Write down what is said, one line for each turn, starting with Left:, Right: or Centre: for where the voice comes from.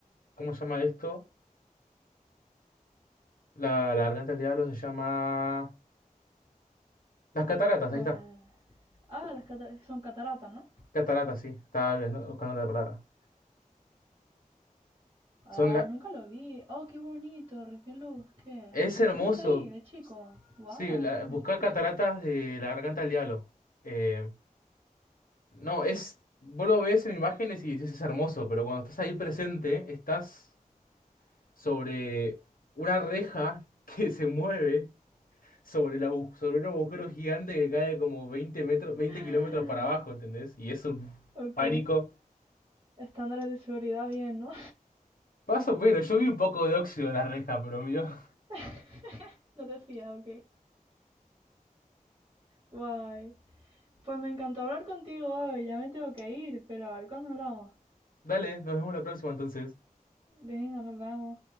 Left: ¿cómo se llama esto? La, la garganta del diablo se llama, las cataratas,
Right: Pues...
Left: ahí está,
Right: Ah, las cata- son cataratas, ¿no?
Left: cataratas, sí, estaba bien, ¿no? buscando la palabra. Son
Right: Ah,
Left: la,
Right: nunca lo vi. Oh, qué bonito, recién lo busqué.
Left: es
Right: Y
Left: hermoso,
Right: estuviste ahí, de chico. Wow,
Left: sí, la,
Right: qué bonito.
Left: buscar cataratas
Right: <gasps>
Left: de la garganta del diablo. Eh, No, es. Vos lo ves en imágenes y dices es hermoso, pero cuando estás ahí presente, estás sobre una reja <laughs> que se mueve sobre, el agu- sobre un agujero gigante que cae como 20 metros,
Right: <laughs>
Left: 20 kilómetros para abajo, ¿entendés? Y es un
Right: Ok.
Left: pánico.
Right: Estándares de seguridad bien, ¿no?
Left: Paso, pero yo vi un poco de óxido en la reja, pero mío. <laughs>
Right: <laughs> No te fías, ok. Guay. Pues me encantó hablar contigo hoy. Ya me tengo que ir, pero a ver cuándo hablamos.
Left: Dale, nos vemos la próxima entonces.
Right: Venga, nos vemos.